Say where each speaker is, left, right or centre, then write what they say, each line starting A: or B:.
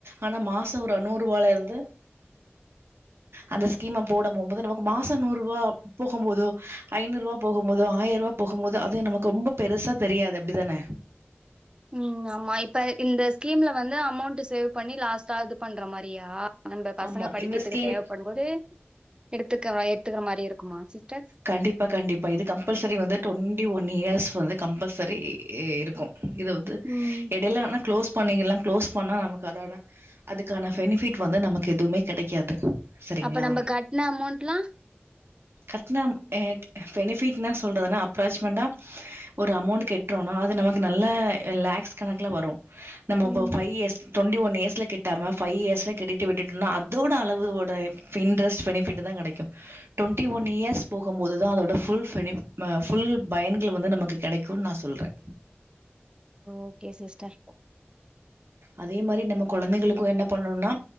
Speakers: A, on the right; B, on the right.
A: ஆனா மாச ஒரு நூறுவால இருந்து
B: <inaudible>
A: அந்த ஸ்கீம போட போம்போது நமக் மாச நூறுபா போகும் போதோ ஐநூற்வா போகும் போதோ ஆயர்வா போகும் போது அது நம்ளுக்கு ரொம்ப பெருசா தெரியாது அப்டிதானே
B: ம் ஆமா இப்ப இந்த ஸ்கீம்ல வந்து அமௌண்ட் சேவ் பண்ணி லாஸ்டா இது பண்ற மாரியா நம்ப பசங்க
A: ஆமா
B: படிக்கிற்துக்கு
A: இந்த ஸ்கீம்
B: தேவ்ப்படும் போது எடுத்துக்கிற்றோ எத்துக்கிற மாரி இருக்குமா சிஸ்டர்
A: கண்டிப்பா கண்டிப்பா இது கம்பல்சரி வந்து டொவெண்டி ஒன் இயர்ஸ் வந்து கம்பல்சரி இருக்கு இத வந்து
B: ம்
A: இடைலா ந க்ளோஸ் பண்ணிக்கலா க்ளோஸ் பண்ணா நமக்கு அத அதுக்கான பெனிஃபிட் வந்து நமக்கு எதுவுமே கெடைக்காது சரிங்களா
B: அப்ப நம்ப கட்ண அமௌண்ட்லா
A: கட்னா எ பெனிஃபிட்னா சொல்றதுனா அப்ராச்மென்ட்டா ஒரு அமௌண்டு கெட்றோனா அது நமக்கு நல்ல லேக்ஸ் கணக்குல வரு நம்ம இப்ப
B: ம்
A: ஃபைய் இயர்ஸ் டொண்ட்டி ஒன் இயர்ஸில கெட்டாம ஃபைய் இயர்ஸ்ல கெட்டிட்டு விட்டுடுனா அதோட அளவுவோட ஃபின்ரஸ் பெனிஃபிட்டு தா கெடைக்கு <unintelligible> டொண்டி ஒன் இயர்ஸ் போகும்போதுதா அதோட ஃபுல் பெனிப் ஃபுல் பயன்கள் வந்து நமக்கு கெடைக்குன் நா சொல்றே
B: ஓகே சிஸ்டர்
A: அதே மாரி நம்ம கொழந்தைகிளுக்கு என்ன பண்ணோனா